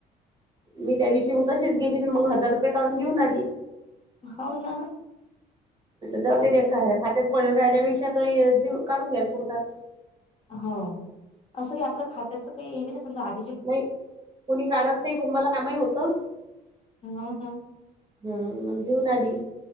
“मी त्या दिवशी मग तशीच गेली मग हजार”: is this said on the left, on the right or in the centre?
Right